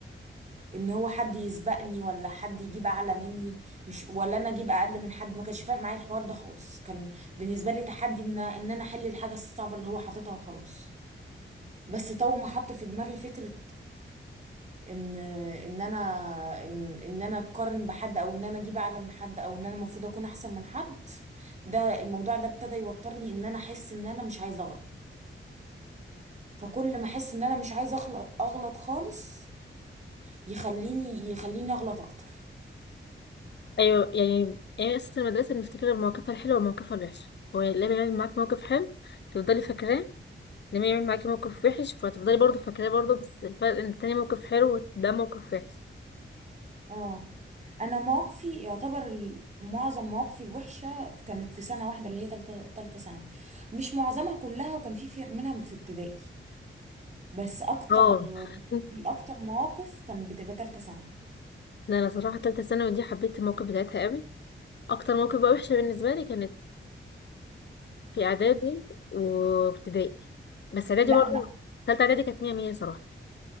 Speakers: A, on the right; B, on the left.
A: ان هو حد يسبقني ولا حد يجيب اعلى مني مش ولا انا اجيب اقل من حد ما كانش فارق معايا الحوار ده خالص كان بالنسبه لي تحدي ان ان انا احل الحاجه الصعبه اللي هو حاططها وخلاص بس طول ما حط في دماغي فكره ان ان انا ان ان انا اقارن بحد او ان انا اجيب اعلى من حد او ان انا المفروض اكون احسن من حد ده الموضوع ده ابتدى يوترني ان انا احس ان انا مش عايزه اغلط فكل ما احس ان انا مش عايزه اغلط اغلط خالص يخليني يخليني اغلط اكتر
B: ايوه يعني يعني اساس المدرسه بنفتكر مواقفها الحلوه ومواقفها الوحشه هو لما يعمل معاك موقف حلو تفضلي فاكراه لما يعمل معاكي موقف وحش فتفضلي برضه فاكراه برضه بس الفرق ان التاني موقف حلو وده موقف وحش
A: اه انا مواقفي يعتبر ال- معظم مواقفي الوحشه كانت في سنه واحده اللي هي تالته تالته ثانوي مش معظمها كلها وكان في في- منها في ابتدائي بس اكتر
B: اه <laughs>
A: اكتر مواقف كانت بتبقى تالته ثانوي
B: لا انا صراحه تالتة ثانوي دي حبيت الموقف بتاعتها قوي اكتر موقف بقى وحشه بالنسبه لي كانت في اعدادي وابتدائي بس اعدادي
A: لا
B: برضه
A: انا
B: تالتة اعدادي كانت مية مية صراحة